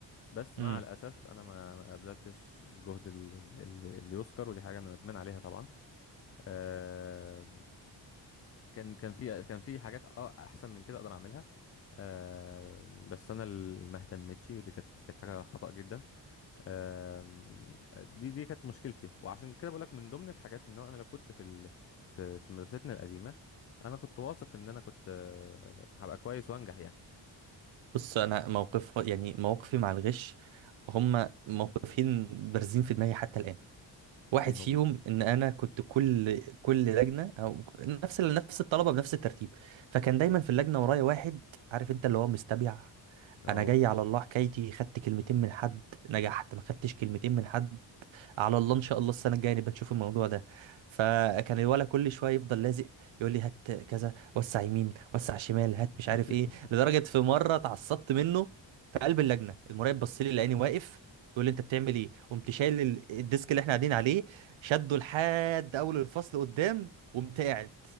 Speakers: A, on the left (about 35°); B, on the right (about 75°).
A: بس
B: امم
A: مع الاسف انا ما ما ابذلتش جهد ال- ال- ال- اللي يذكر ودي حاجه انا ندمان عليها طبعا آه، كان كان في كان في حاجات اه احسن من كده اقدر اعملها آه بس انا اللي ما اهتمتش ودي كانت كانت حاجه خطأ جدا آه دي دي كانت مشكلتي وعشان كده بقول لك من ضمن الحاجات ان هو انا لو كنت في ال في في مدرستنا القديمه انا كنت واثق ان انا كنت آه هبقى كويس وانجح يعني
B: بص انا موقف يعني مواقفي مع الغش هم موقفين بارزين في دماغي حتى الان واحد
A: ليه
B: فيهم
A: هم
B: ان انا كنت كل كل لجنه او نفس ال- نفس الطلبه بنفس الترتيب فكان دايما في اللجنه ورايا واحد عارف انت اللي هو مستبيع
A: اه
B: انا جاي على الله حكايتي خدت كلمتين من حد نجحت ما خدتش كلمتين من حد على الله ان شاء الله السنه الجايه نبقى نشوف الموضوع ده فكان الولد كل شويه يفضل لازق يقول لي هات كذا وسع يمين وسع شمال هات
A: <laughs>
B: مش عارف ايه لدرجه في مره اتعصبت منه في قلب اللجنه المراقب بص لي لقاني واقف بيقول لي انت بتعمل ايه قمت شايل ال- الديسك اللي احنا قاعدين عليه شده لحد اول الفصل قدام وقمت قاعد